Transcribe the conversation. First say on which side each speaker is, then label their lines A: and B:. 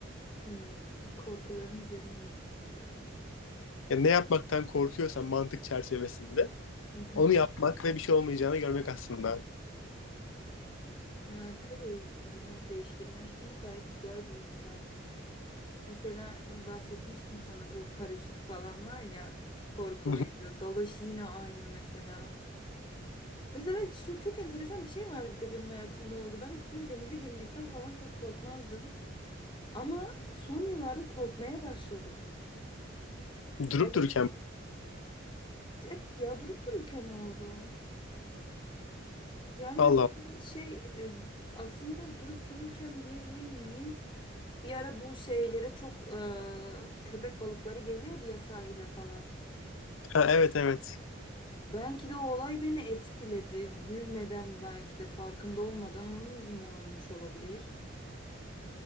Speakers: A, on the left; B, on the left.
A: Hmm, korkuların üzerine gitmek yani.
B: Yani ne yapmaktan korkuyorsan mantık çerçevesinde
A: Hı hı.
B: Onu yapmak ve bir şey olmayacağını görmek aslında.
A: Ya tabii bunu değiştirmek için gayet güzel bir yöntem. Mesela bahsetmiştim sana bu paraşüt falan var ya korku
B: <laughs>
A: veriyor. Dalış yine aynı mesela. Mesela şu çok enteresan bir şey var bir de benim hayatımda oldu. Ben eskiden denize girmekten falan çok korkmazdım. Ama son yıllarda korkmaya başladım.
B: Durup
A: Vallahi-
B: dururken.
A: Evet ya durup dururken oldu. Yani
B: Allah.
A: mesela
B: Allah.
A: şey e, aslında durup dururken diyebilir miyiz? Bir ara bu şeylere çok e, köpek balıkları geliyordu ya sahile falan.
B: Ha, evet evet.
A: Belki de o olay beni etkiledi. Bilmeden belki de farkında olmadan onun yüzünden olmuş olabilir.